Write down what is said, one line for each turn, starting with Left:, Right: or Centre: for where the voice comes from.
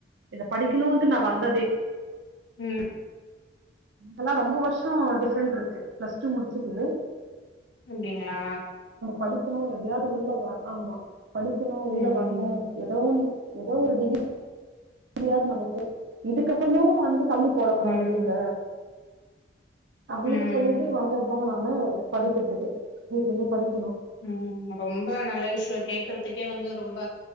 Right: இத படிக்கணும்ட்டு நான் வந்ததே
Left: ம்
Right: அல்லாம் ரொம்ப வருஷம் டிஃப்ரெண்ட் இருக்கு பிளஸ் டூ முடிச்சுட்டு
Left: அப்பிடிங்களா
Right: படிக்கணும் எப்படியாவது உள்ள வ ஆமா படிக்கணும் உள்ள
Left: ம்
Right: வரணும் எதோ ஒன்னு எதோ ஒரு டிகி முடியாது நமக்கு இதுக்கப்புறமும் வந்து தள்ளி போட கூடாது
Left: ம்
Right: இத அப்பிடின்னு
Left: ம்
Right: சொல்லிட்டு வந்ததுதான் நானு படிக்கறதுக்கு வீட்டுல இருந்தே படிக்க
Left: ம் ரொம்ப நல்ல விஷயம் கேக்குறதுக்கே வந்து ஒரு ரொம்ப